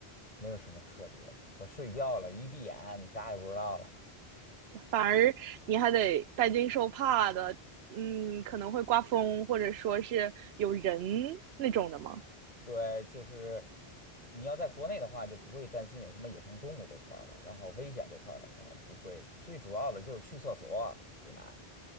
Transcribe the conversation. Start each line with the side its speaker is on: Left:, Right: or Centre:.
Left: 没有什么特别的。我睡觉了，一闭眼，你啥也不知道了。
Right: 反而你还得担惊受怕的，嗯，可能会刮风，或者说是有人那种的吗？
Left: <laughs> 对，就是你要在国内的话，就不会担心有什么野生动物这块儿的，然后危险这块儿的可能不会。最主要的就是去厕所最难，